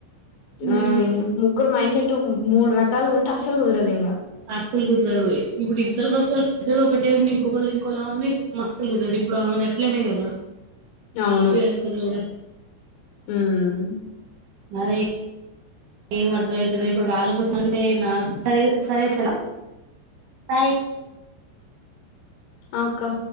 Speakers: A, on the right (about 80°); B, on the left (about 70°).
A: హ్మ్.
B: ఆ ముగ్గురు మెండ్ సెట్ చెట్టు మూడు రకాలుగా ఉంటే అస్సలు కుదరదు ఇంకా
A: అస్సలు కుదరదు ఇప్పుడు ఇద్దరు ఇద్దరు ఒకటే ఉ ఇంకొకళ్ళది ఇంకోలా ఉన్నాఇప్పుడు మస్తు కుదరదు ఇప్పుడు ఆమె అట్లేనేయి కదా
B: అవును
A: వీణక్కది కూడా
B: ఉమ్
A: అదే ఏం అర్థమైతాలే ఇప్పుడు వాళ్ళ కోసం అతే నాకు సరే సరే చేల బాయి
B: ఆకా